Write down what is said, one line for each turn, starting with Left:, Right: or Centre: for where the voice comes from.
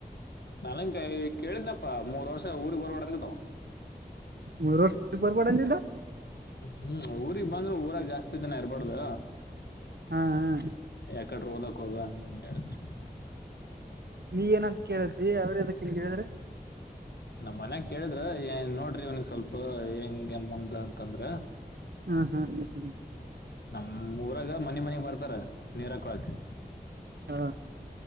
Left: ನನನ್ ಕಾಯ್ ಕೇಳಿದ್ನಪ್ಪಾ. ಮೂರ್ವರ್ಷ ಊರಿಗ್ ಬಾರಬ್ಯಾಡ್ ಅಂದಿದ್ದು.
Right: ಮೂರ್ ವರ್ಷ್ ಬರ್ಬ್ಯಾಡ್ ಅಂದಿದ್ದು.
Left: ಹೂ ಊರಿಗ್ ಬಂದ್ರು ಊರಾಗ್ ಜಾಸ್ತಿ ದಿನ ಇರ್ಬಾರ್ದು.
Right: ಹಾ ಹಾ
Left: ಎಕರ್ಡ್ ಹೊದ ಕೊಗ ನಿನ್ ಎಡಕ್ಕ್
Right: ನೀ ಏನಂತ ಕೇಳಿದಿ, ಅವ್ರ್ ಎದಕ್ಕ್ ಇಂಗ್ ಹೇಳಿದ್ರು.
Left: ನಮ್ ಮನ್ಯಾಗ ಕೇಳಿದ್ರೆ, ಏ ನೋಡ್ರಿ ಅವ್ನಗೆ ಸ್ವಲ್ಪ ಹೆಂಗೆ ಮುಂದ್ ಅಂತಂದ್ರೆ.
Right: ಹಾ ಹಾ ಹ ಹಾ
Left: ನಮ್ ಊರಾಗ ಮನೆ ಮನಗ್ ಬರ್ತಾರೆ ನೀರ್ ಹಾಕ್ಕೋಳ್ಳೋಕೆ.
Right: ಹಾ,